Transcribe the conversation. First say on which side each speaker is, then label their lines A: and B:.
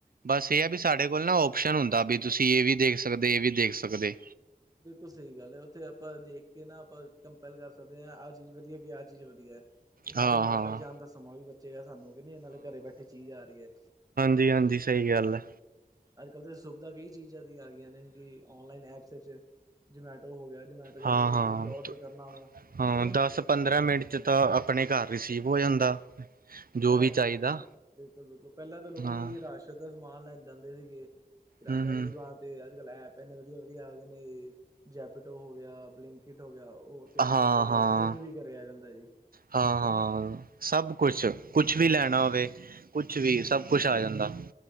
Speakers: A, on the right; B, on the right.
A: ਬਸ ਏਹ ਹੈ ਕਿ ਸਾਡੇ ਕੋਲ ਨਾ ਔ ਪਸ਼ਨ ਹੁੰਦਾ ਵੀ ਤੁਸੀ ਇਹ ਵੀ ਦੇਖ ਸਕਦੇ ਇਹ ਵੀ ਦੇਖ ਸਕਦੇ।
B: ਬਿਲਕੁਲ ਸਹੀ ਗੱਲ ਹੈ ਉੱਥੇ ਆਪਾਂ ਦੇਖ ਕੇ ਨਾ ਆਪਾਂ ਕੰਪੇਲ ਕਰ ਸਕਦੇ ਆਂ ਆਹ ਚੀਜ਼ ਵਧੀਆ ਕਿ ਆਹ ਚੀਜ਼ ਵਧੀਆ ਐ। ਤੇ ਨਾਲੇ
A: ਹਾਂ ਹਾਂ
B: ਮਾਰਕੀਟ ਜਾਣ ਦਾ ਸਮਾਂ ਵੀ ਬਚੇਗਾ ਸਾਨੂੰ ਕੇ ਨੀ ਏ ਨਾਲੇ ਘਰੇ ਬੈਠੇ ਚੀਜ਼ ਆ ਰਹੀ ਐ।
A: ਜੀ ਹਾਂਜੀ, ਸਹੀ ਗੱਲ ਐ।
B: ਅੱਜ ਕੱਲ੍ਹ ਤਾਂ ਸੁਵਿਧਾ ਕਈ ਚੀਜ਼ਾਂ ਦੀ ਆ ਗਈਆ ਨੇ ਕਿ ਔਨਲਾਈਨ ਐਪਸ ਵਿੱਚ ਜਮੈਟੋ ਹੋ ਗਿਆ। ਜਮੈਟੋ ਜੇ
A: ਹਾਂ
B: ਆਪਾਂ ਕੋਈ
A: ਹਾਂ
B: ਫੂਡ ਔਡਰ ਕਰਨਾ ਵਾ
A: ਹਾਂ
B: ਕਿ ਨਹੀਂ
A: ਦਸ ਪੰਦਰਾਂ ਮਿੰਟ
B: ਹੈ।
A: ਚ ਤਾਂ ਅ ਆਪਣੇ ਘਰ ਰਿਸੀਵ ਹੋ ਜਾਂਦਾ। ਜੋ
B: ਆ
A: ਵੀ ਚਾਹੀਦਾ
B: ਬਿਲਕੁਲ ਬਿਲਕੁਲ ਪਹਿਲਾਂ ਤਾਂ ਲੋਕੀ
A: ਹਾਂ
B: ਰਾਸ਼ਨ। ਦਾ ਸਮਾਨ ਲੈਣ ਜਾਂਦੇ ਸੀਗੇ ਕਿਰਾਨੇ
A: ਹਮ ਹਮ
B: ਦੀ ਦੁਕਾਨ ਤੇ ਅੱਜ ਕੱਲ੍ਹ ਐਪ ਐਨੇ ਵਧੀਆ ਵਧੀਆ ਆ ਗਏ ਨੇ ਜੈਪੀਟੋ ਹੋ ਗਿਆ ਬਲਿੰਕਟ ਹੋ ਗਿਆ ਉਹ। ਤੇ ਓਡਰ
A: ਹਾਂ
B: ਕਰੋ
A: ਹਾਂ
B: ਦੁੱਧ ਵੀ ਘਰੇ ਆ ਜਾਂਦਾ ਜੀ ਕੇ
A: ਹਾਂ
B: ਨੀ।
A: ਹਾਂ ਸਭ ਕੁਛ, ਕੁਛ ਵੀ ਲੈਣਾ ਹੋਵੇ ਕੁਛ ਵੀ ਸਭ ਕੁਛ ਆ ਜਾਂਦਾ।